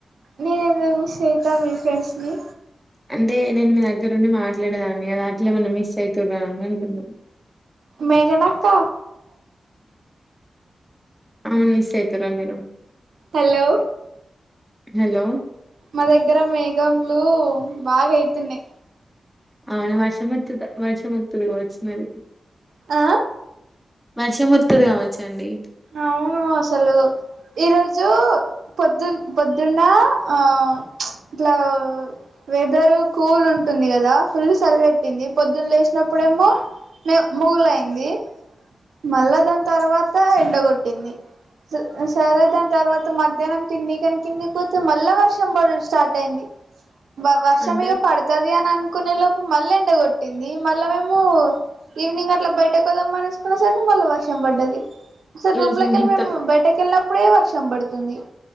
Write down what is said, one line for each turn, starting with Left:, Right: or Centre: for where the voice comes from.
Right: నేను ఎందుకు మిస్ అయితా మీ ఫ్రెండ్స్ ని
Centre: అంటే నేను మీ దగ్గరుండి మాట్లాడేదాన్ని అట్ల ఏమన్నా మిస్ ఐయితురా అని అంటున్న
Right: మేఘనాక్క
Centre: ఆమెను మిస్ ఐయితుర మీరు
Right: హలో
Centre: హలో
Right: మా దగ్గర మేఘంలు బాగా అయితున్నాయి
Centre: అవును వర్ష వత్తది వర్షం వత్తది కావచ్చు మరి
Right: ఆ
Centre: వర్ష వత్తది కావచ్చండి
Right: అవును అసలు ఈరోజు పొద్దున్ పొద్దున్న ఆ ఇట్లా వెదరు కూల్ ఉంటుంది కదా ఫుల్ సెలవెట్టింది పొద్దున్న లేసినప్పుడేమో లేవు మూలలైయ్యిది మళ్ళా దాని తర్వాత ఎండగొట్టింది సరే దాని తర్వాత మధ్యాహ్నం తిన్నీకి తిన్నికి మళ్ళా వర్షం పడుడు స్టార్ట్ అయింది బా వర్షం
Centre: అంటే
Right: ఇక పడుతది అని అనుకునే లోపు మళ్ళ ఎండగొట్టింది మళ్ళ వేమో ఈవినింగ్ అట్లా బయటకు పోదాం అనేసుకున్న సరకి మళ్ళా వర్షం పడ్డది సరే
Centre: ఈరోజు
Right: రూమ్ లోకి
Centre: ముహూర్తం
Right: వెళ్లి మేము బయటకి వెళ్ళినప్పుడే వర్షం పడుతుంది